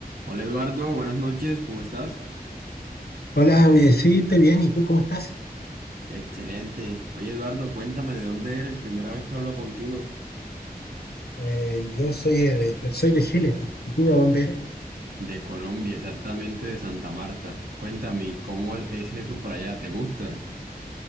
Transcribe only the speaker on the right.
Hola Eduardo, buenas noches, ¿cómo estás?
Excelente. Oye Eduardo, cuéntame de dónde eres, primera vez que hablo contigo.
De Colombia, exactamente de Santa Marta. Cuéntame, ¿y ¿cómo es eso para allá? ¿Te gusta?